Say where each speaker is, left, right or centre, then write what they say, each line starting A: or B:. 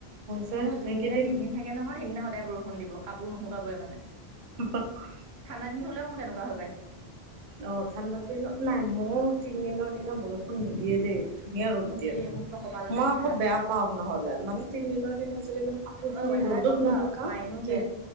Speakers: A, on the right (about 60°); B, on the right (about 85°).
A: যে
B: মোৰ যোনদিনা
A: এইকেইদিন
B: তিনিদিন থাকে নহয় সেইদিনা সদায় বৰষুণ দিব কাপোৰ নুশুকা বই মানে
A: <unintelligible>
B: ঠাণ্ডা দিনত হ'লেও মোৰ তেনেকুৱা হৈ পাইছে।
A: অঁ ঠাণ্ডা দিনত নাই মোৰ তিনিদিনৰ দিনা বৰষুণ নিদিয়ে দেই ধুনীয়া ৰদ
B: মোৰ
A: দিয়ে
B: মোৰ কিবা কপালতে
A: মই
B: লিখা
A: আকৌ
B: আছে
A: বেয়া পাওঁ নহলে মানে তিনিদিনৰ দিনা যদি মানে কাপোৰখিনি
B: ঐ কথা
A: ৰ'দত
B: এটা গম
A: নুশুকাও
B: পা মাইনু
A: কি
B: যে